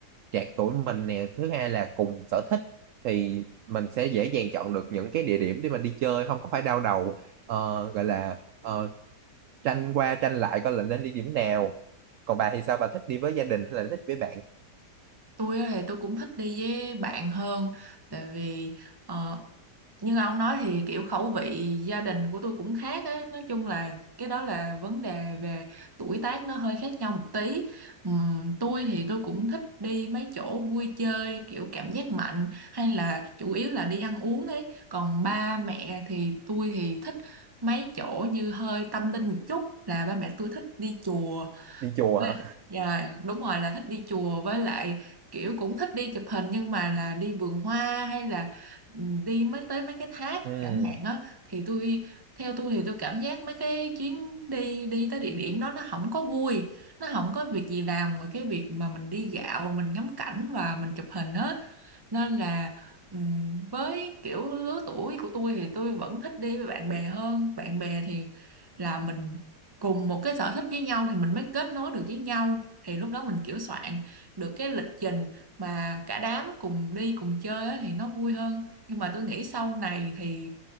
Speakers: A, on the right; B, on the right.
A: Trạc tuổi mình nè, thứ hai là cùng sở thích thì mình sẽ dễ dàng chọn được những cái địa điểm để mà đi chơi, không có phải đau đầu, ờ, gọi là, ờ, tranh qua tranh lại coi là nên đi điểm nào. Còn bà thì sao, bà thích đi với gia đình hay là thích với bạn?
B: tôi á thì tôi cũng thích đi với bạn hơn, tại vì, ờ, Như ông nói thì, kiểu, khẩu vị gia đình của tui cũng khác ấy, nói chung là cái đó là vấn đề về tuổi tác nó hơi khác nhau một tí. Ừm, tui thì tui cũng thích đi mấy chỗ vui chơi, kiểu, cảm giác mạnh, hay là chủ yếu là đi ăn uống ấy, còn ba mẹ thì tui thì thích mấy chỗ như hơi tâm linh một chút, là ba mẹ tui thích đi chùa.
A: Đi chùa
B: Với
A: hả?
B: lại yeah, đúng rồi, là thích đi chùa với lại, kiểu, cũng thích đi chụp hình nhưng mà là đi vườn hoa hay là ừm, đi mấy tới mấy cái thác
A: Ừm.
B: chẳng hạn á, thì tôi theo tôi thì tôi cảm giác mấy cái chuyến đi đi tới địa điểm đó nó hổng có vui, nó hổng có việc gì làm ngoài cái việc mà mình đi dạo, mình ngắm cảnh và mình chụp hình hết. Nên là, ừm, với, kiểu, lứa tuổi của tôi thì tôi vẫn thích đi với bạn bè hơn. Bạn bè thì là mình cùng một cái sở thích với nhau thì mình mới kết nối được với nhau, thì lúc đó mình, kiểu, soạn được cái lịch trình mà cả đám cùng đi, cùng chơi á thì nó vui hơn. Nhưng mà tôi nghĩ sau này thì,